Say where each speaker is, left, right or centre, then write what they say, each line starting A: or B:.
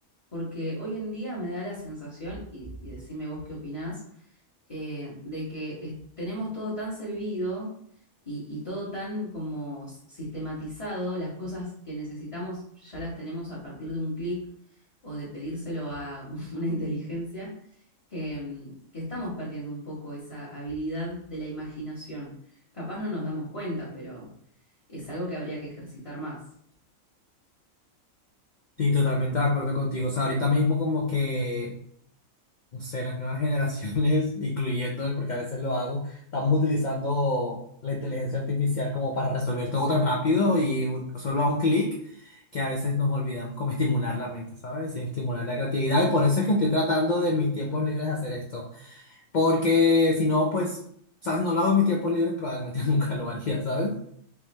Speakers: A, on the left; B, on the left.
A: porque hoy en día me da la sensación, y, y decime vos qué opinás, eh, de que es- tenemos todo tan servido y, y todo tan como s- sistematizado, las cosas que necesitamos ya las tenemos a partir de un clic o de pedírselo a <laughs> una inteligencia, que, que estamos perdiendo un poco esa habilidad de la imaginación. Capaz no nos damos cuenta, pero es algo que habría que ejercitar más.
B: Sí, totalmente de acuerdo contigo. O sea, ahorita mismo como que no sé, las nuevas generaciones, <laughs> incluyéndome, porque a veces lo hago, estamos utilizando la inteligencia artificial como para resolver todo tan rápido y u- solo a un clic, que a veces nos olvidamos como estimular la mente, ¿sabes? Y estimular la creatividad. Y por eso es que estoy tratando de mis tiempos libres hacer esto. Porque si no, pues, o sea, si no lo hago en mis tiempos libres, probablemente <laughs> nunca lo haría, ¿sabes?